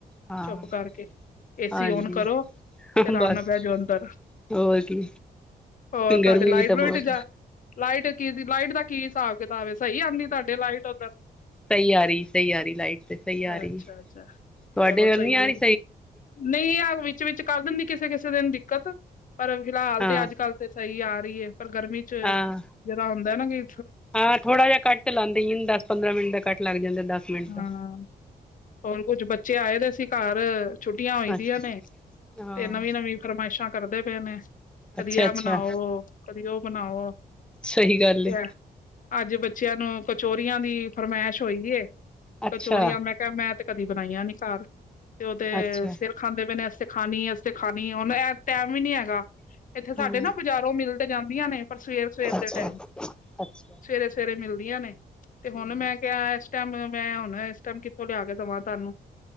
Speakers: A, in the centre; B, on the left.
A: ਹਾਂ
B: ਚੁੱਪ ਕਰਕੇ। ਏਸੀ
A: ਹਾਂਜੀ
B: ਓਨ ਕਰੋ ਤੇ ਆਰਾਮ
A: ਬਸ
B: ਨਾਲ ਬੈਠ ਜਾਓ ਅੰਦਰ।
A: ਹੋਰ ਕੀ
B: ਹੋਰ ਤੁਹਾਡੇ
A: ਗਰਮੀ
B: ਲਾਈਟ
A: ਵੀ ਤਾਂ
B: ਲਟ
A: ਬਹੁਤ
B: ਜਾ ਲਾਈਟ। ਲਾਈਟ ਦਾ ਕੀ ਹਿਸਾਬ ਕਿਤਾਬ ਹੈ ਸਹੀ ਆਉਂਦੀ ਤੁਹਾਡੇ ਲਾਈਟ ਉੱਧਰ।
A: ਸਹੀ ਆ ਰਹੀ ਸਹੀ ਆ ਰਹੀ ਲਾਈਟ ਤੇ ਸਹੀ ਆ ਰਹੀ।
B: ਅੱਛਾ ਅੱਛਾ
A: ਤੁਹਾਡੇ
B: ਚਲੋ
A: ਵੱਲ
B: ਸਹੀ
A: ਨੀ ਆ ਰਹੀ
B: ਐ ਨਹੀਂ ਵਗ ਵੀ। ਵਿੱਚ ਵਿੱਚ ਕਰ ਦਿੰਦੀ ਕਿਸੇ ਕਿਸੇ ਦਿਨ ਦਿੱਕਤ ਪਰ ਫਿਲਹਾਲ
A: ਹਾਂ
B: ਤੇ ਅੱਜ ਕੱਲ ਤੇ ਸਹੀ ਆ ਰਹੀ ਐ ਪਰ ਗਰਮੀ।
A: ਹਾਂ
B: ਜਿਹੜਾ ਹੁੰਦਾ ਨਾ ਗੀ
A: ਹਾਂ ਥੋੜਾ ਜਿਹਾ ਕੱਟ ਲਾਂਦੇ ਹੀ ਦ ਪੰਦਰਾਂ ਮਿੰਟ ਦਾ ਕੱਟ ਲੱਗ ਜਾਂਦਾ ਦਸ ਮਿੰਟ ਦਾ
B: ਹਾਂ ਹੋਰ ਕੁੱਝ ਬੱਚੇ ਆਏ ਦੇ ਸੀ ਘਰ ਛੁੱਟੀਆਂ ਹੋਈ ਦੀਆਂ
A: ਅੱਛਾ
B: ਨੇ
A: ਹਾਂ
B: ਤੇ ਨਵੀਂ ਨਵੀਂ ਫਰਮਾਇਸ਼ਾਂ ਕਰਦੇ ਪਏ ਨੇ
A: ਅੱਛਾ
B: ਕਦੀ ਐ
A: ਅੱਛਾ
B: ਬਣਾਓ ਕਦੀ ਉਹ ਬਣਾਓ
A: ਸਹੀ ਗੱਲ
B: ਤੇ
A: ਏ
B: ਅੱਜ ਬੱਚਿਆਂ ਨੂੰ ਕਚੋਰੀਆਂ ਦੀ ਫਰਮਾਇਸ਼ ਹੋਈ ਏ
A: ਅੱਛਾ
B: ਕਚੋਰੀਆਂ ਮੈਂ ਮੈਂ ਤੇ ਕਦੀ ਬਣਾਈਆਂ ਨੀ ਘਰ ਤੇ ਉਹਦੇ
A: ਅੱਛਾ
B: ਸਿਰ ਖਾਂਦੇ ਪੀਦੇ ਅਤੇ ਖਾਣੀ ਅਸੀ ਤੇ ਖਾਣੀ ਉਹਨੂੰ ਟਾਈਮ ਵੀ ਨੀ ਹੈਗਾ ਇੱਥੇ ਸਾਡੇ
A: ਹਾਂ
B: ਨਾ ਬਾਜ਼ਾਰੋਂ ਮਿਲ ਤੇ ਜਾਂਦੀਆਂ ਨੇ ਪਰ ਸਵੇਰ ਸਵੇਰ
A: ਅੱਛਾ
B: ਦੇ ਟਾਈਮ
A: ਅੱਛਾ
B: ਸਵੇਰੇ ਸਵੇਰੇ ਮਿਲਦੀਆਂ ਨੇ ਤੇ ਹੁਣ
A: ਹਮ
B: ਮੈਂ ਕਿਆ ਇਸ ਟਾਈਮ ਮੈਂ ਹੁਣ ਇਸ ਟਾਈਮ ਕਿੱਥੋਂ ਲਿਆ ਕੇ ਦੇਵਾਂ ਤੁਾਨੂੰ